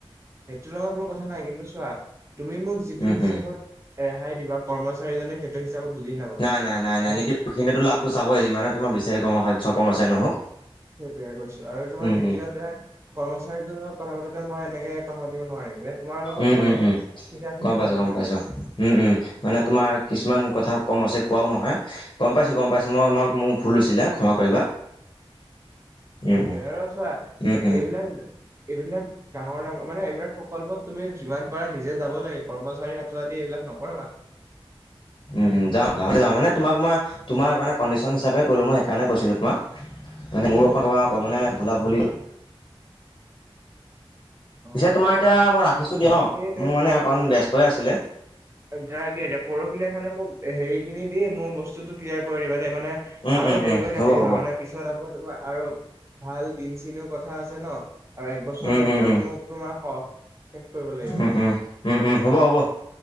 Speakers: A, on the right; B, on the left.
A: সেইটোৰ লগত মোৰ কথা নাই কিন্তু চোৱা তুমি মোক যিটো
B: উম,
A: হিচাপত
B: উম,
A: ৰেহাই দিবা কৰ্মচাৰীজনে সেইটো হিচাপত বুজি নাপাব
B: নাই নাই নাই নাই
A: আৰু
B: নিদিওখিনিতো লাভটোো চাবই ইমানে তোমাৰ বিচাৰি ক কমচছে নহওক
A: স কৰিো আৰু তোমাৰ
B: উম,
A: দ্বিতীয়তে
B: উম,
A: কৰ্মচাৰীটো কথা পাতোতে মই এনেকে কথা পাতিব নোৱাৰিম যে তোমাৰ লগত
B: উম
A: মই
B: উম উম
A: চিধা চিধি
B: গম পাইছো
A: কথা পাতিব
B: গম পাইছো
A: পাৰিম
B: উম উম মানে তোমাৰ কিছুমান কথা কম আছে কোৱাও নহয় গম পাইছোঁ গম পাইছোঁ মই আোমাক মোক ভুল লৈছিলে ক্ষমা কৰিবা
A: সেইটোয়ে
B: উম, উম,
A: আৰু আছোৱা
B: উম, উম,
A: এইবিলাক এইবিলাক ডাঙৰ ডাঙৰ মানে এইবিলাক প্ৰকল্পত তুমি যিমান পাৰা নিজে যাব লাগে কৰ্মচাৰী হাতোদি এইবিলাক নকবা
B: উ যাওঁা যাওঁ মানে তোমাক মই তোমাৰ কাৰণে কণ্ডিশ্যন হিচাপে ক'লো মই সেইকাৰণে গৈছিলো তোমাক মানে মোৰ কৌ মানে বূলা ভুলিও
A: <inaudible> <inaudible>
B: পিছে তোমাৰ
A: অ
B: এতিয়া মই ৰাখিছো দিয়া
A: বাকীখিনি
B: ন মোৰ মানে অকণ ব্যস্তই আছিলে
A: য দয়া পৰহিলীয়া খানে মোক হেৰি খিনি দি মই বস্তুতটো ক্লিয়াৰ কৰি দিবা মানে
B: উম,
A: আৰু
B: উম,
A: দেৰি
B: উম,
A: কৰিৈ নাথাকিবা
B: হ'ব, হ'ব,
A: মানে পিছত আকৌ তোমাৰ আৰু ভাল চ কথা আছে ন আৰু এক বছৰৰ
B: উম,
A: ভিতৰত
B: উম, উম,
A: ভিতৰত মোক তোমাৰ স শেষ কৰিব লাগিব
B: উম, উম, উম, উম, হ'ব, হ'ব।